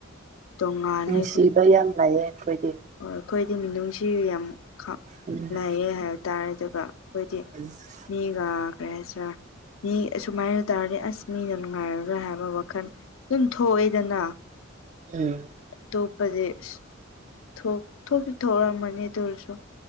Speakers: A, on the left (about 75°); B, on the right (about 35°).
A: ꯇꯣꯡꯉꯥꯜꯂꯦ
B: ꯅꯨꯡꯁꯤꯕ ꯌꯥꯝ ꯂꯩꯌꯦ ꯑꯩꯈꯣꯏꯗꯤ
A: ꯑꯣ ꯑꯩꯈꯣꯏꯗꯤ ꯃꯤꯅꯨꯡꯁꯤ ꯌꯥꯝ ꯈ
B: ꯎꯝ
A: ꯂꯩꯌꯦ ꯍꯥꯏꯕꯇꯥꯥꯔꯦ ꯑꯗꯨꯒ ꯈꯣꯏꯗꯤ
B: ꯑꯩꯁ
A: ꯃꯤꯒ ꯀꯔꯤ ꯍꯥꯏꯁꯤꯔꯥ ꯃꯤ ꯑꯁꯨꯃꯥꯏꯅ ꯇꯧꯔꯗꯤ ꯑꯁ ꯃꯤꯅ ꯅꯨꯡꯉꯥꯏꯔꯔꯣꯏ ꯍꯥꯏꯕ ꯋꯥꯈꯜ ꯇꯨꯝ ꯊꯣꯛꯑꯦꯗꯅ
B: ꯎꯝ
A: ꯇꯣꯞꯄꯗꯤ ꯏꯁ ꯊꯣ ꯊꯣꯛꯇꯤ ꯊꯣꯔꯝꯃꯅꯤ ꯑꯇꯨ ꯑꯣꯏꯔꯁꯨ